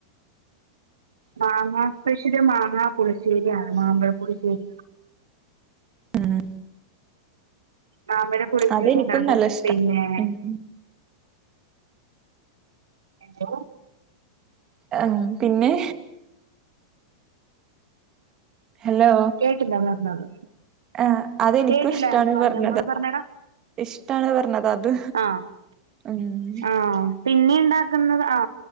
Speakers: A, on the right; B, on the right.
A: മാങ്ങാ സ്പെഷ്യല് മാങ്ങാ പുളിശ്ശേരിയാണ് മാമ്പഴപ്പുളിശ്ശേരി.
B: ഉം
A: മാമ്പഴപുളിശ്ശേരിഉണ്ടകും
B: അതെനിക്കും നല്ല ഇഷ്ട
A: പിന്നെ
B: ഉം
A: എന്തോ?
B: ആഹ് പിന്നെ. ഹലോ
A: കേട്ടില്ല പറഞ്ഞത്
B: ആ അതെനിക്കും
A: കേട്ടില്ലായിരുന്നു
B: ഇഷ്ടാണ്
A: പറഞ്ഞത്
B: പറഞ്ഞതാ
A: ഒന്നൂടി പറഞ്ഞേടാ
B: ഇഷ്ടാണ് പർഞ്ഞതാ അത്
A: ആഹ്
B: ഉം.
A: ആഹ് പിന്നെ ഇണ്ടാക്ക്ന്നത് ആ